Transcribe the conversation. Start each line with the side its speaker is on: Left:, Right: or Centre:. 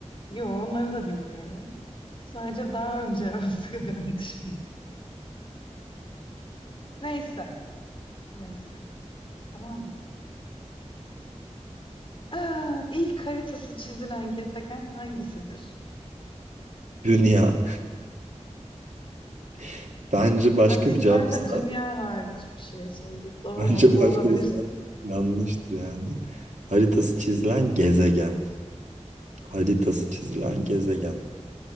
Left: Yo onları da bilmiyorum. Sadece daha önce <laughs> olduklarını düşünüyorum. Neyse. Neyse. Tamam mı? Aa, ilk haritası çizilen gezegen hangisidir?
Right: Dünya. <laughs> Bence başka
Left: Ay, biz
Right: bir cevapsa,
Left: bence dünya hariç bir şey söyledik. Doğru
Right: bence
Left: haklı
Right: başka
Left: olabiliriz.
Right: bir cevap yanlıştır yani. Haritası çizilen gezegen. haritası çizilen gezegen.